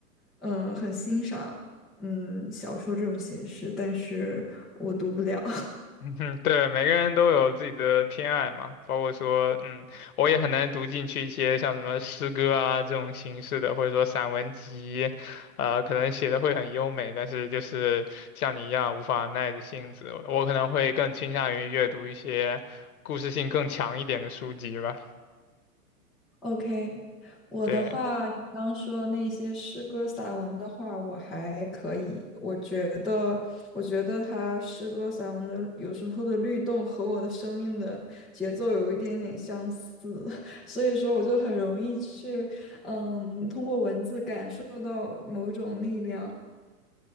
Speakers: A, in the centre; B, on the left (about 70°).
A: 嗯呃很欣赏嗯小说这种形式，但是我读不了。
B: 嗯哼，对，每个人都有自己的偏爱嘛，包括说，嗯，我也很难读进去一些像什么诗歌啊这种形式的，或者说散文集，呃，可能写的会很优美，但是就是像你一样无法耐着性子，我可能会更倾向于阅读一些故事性更强一点的书籍吧。
A: OK，我的话，
B: 对，
A: 你刚说那些诗歌散文的话，我还可以。我觉得，我觉得他诗歌散文的有时候的律动和我的生命的节奏有一点点相似，<laughs> 所以说我就很容易去，嗯，通过文字感受到某种力量。